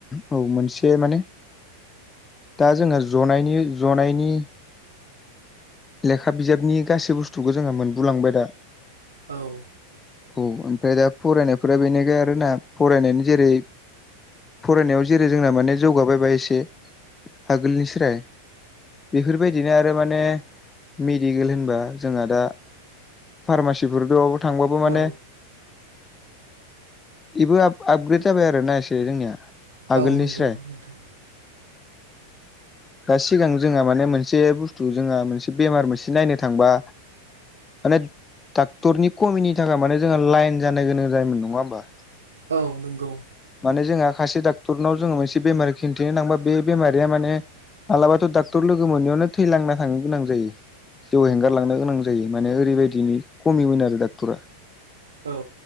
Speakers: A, on the left; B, on the right.
A: औ मोनसे माने दा जोङो जनायनि जनायनि लेखा बिजाबनि गासै बुस्थुखौ जोंहा मोनबोलांबाय दा।
B: औ
A: औ ओमफ्राय दा फरायनायफोरा बेनिखाय आरो ना फरायनायनि जेरै फरायनायाव जेरै जोंना माने जौगाबायबा एसे आगोलनिस्राय। बेफोरबायदिनो आरो माने मिथ दिगोल होमबा जोंहा दा फार्मासिफोर दोआवबो थांबाबो माने
B: औ
A: बेबो आप आपग्रेड जाबाय आरो ना एसे जोंनिया आगोलनिस्राय।
B: औ नंगौ नोंथां
A: दा सिगां जोंहा माने मोनसे बुस्थु जोंहा मोनसे बेमार मोनसे नायनो थांबा माने डाक्टरनि कमिनि थाखाय माने जोंहा लायन जानो गोनां जायोमोन नङा होमबा?
B: औ नंगौ।
A: माने जोंहा खाासे डाक्टरनाव जोङो मोनसे बेमार खिन्थिनो थांबा बेमारिया माने मालाबाथ' डाक टर लोगो मोनैयावनो थैलांना थांनो गोनां जायो। जिउ हेंगारलांनो गोनां जायो माने ओरैबायदिनि खमिमोन आरो डाक्टरा
B: औ